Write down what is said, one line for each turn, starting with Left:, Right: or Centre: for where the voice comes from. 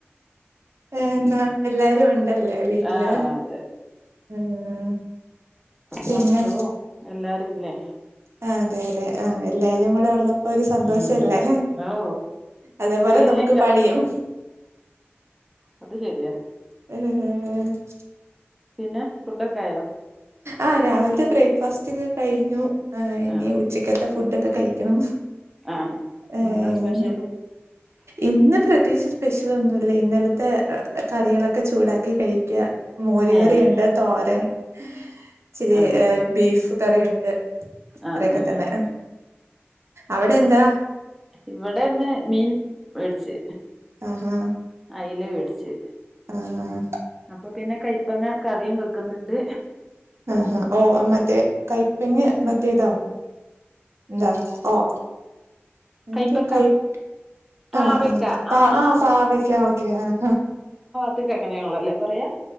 Right: ഏ എന്നാ എല്ലാരും ഉണ്ടല്ലേ വീട്ടില്
Centre: ആഹ് അതെ
Right: ഉം പിന്നെ
Centre: മക്കളും എല്ലാരും ഇല്ലേ
Right: ആഹ് അതെ അതെ ആഹ് എല്ലാരും കൂടെ ഒള്ളപ്പ് പ്പോ ഒരു സന്തോഷല്ലേ
Centre: ഉം ഉം ഓ
Right: അതേപോലെ
Centre: ഫ്രീ ഇല്ലെങ്കിൽ
Right: നമുക്ക്
Centre: അതൊരു
Right: പണിയും
Centre: രസം അത് ശരിയാ
Right: <unintelligible>
Centre: പിന്നെ ഫുഡൊക്കെ ആയോ
Right: ആഹ് രാവിൽത്തെ ബ്രേക്ക്ഫാസ്റ്റ് ഒക്കെ കഴിഞ്ഞു ഏ് യ് ഇനി
Centre: ആഹ്
Right: ഉച്ചക്കത്തെ ഫുഡ്‌ ഫുഡൊക്കെ കഴിക്കണം
Centre: ആഹ് ഇന്നെന്താ
Right: എഹ് അങ്ങനെ
Centre: <inaudible>
Right: ഇന്ന് പ്രത്യേകിച്ച് സ്പെഷ്യൽ ഒന്നുല്ല ഇന്നലത്തെ കറികളൊക്കെ ചൂടാക്കി കഴിക്കാ മോര്
Centre: ഏഹ്
Right: കറിയുണ്ട് തോരൻ ഇച്ചിരി
Centre: ആഹ്
Right: ബീഫ് കറിയുണ്ട് ഇത്രയെക്കെ
Centre: ആഹ് ആഹ്
Right: തന്നെ അവിടെ എന്താ
Centre: ഇവിടെ ഇന്ന് മീൻ വേട്ച്ച്
Right: ആഹ്ഹാ
Centre: അയ്ല വേട്ച്ച്
Right: ആഹ് ആഹ്
Centre: അപ്പൊ പിന്നെ കയ്പ്പങ്ങ കറിയും വെക്കുന്നുണ്ട്
Right: ആഹ്ഹാ ഓഹ് മറ്റേ കൈപ്പെങ മറ്റേതോ എന്താ ഓഹ് എന്ത്
Centre: കൈപ്പക്ക
Right: കയ്പ്
Centre: പാവക്ക
Right: ആഹ് ആഹ് പാ
Centre: ആ ആ
Right: ആഹ് പാവയ്ക്ക ഓക്കെ ആഹ്
Centre: ഇത് ക്കെഎങ്ങനെഒള്ളെല്ലെ പറയാ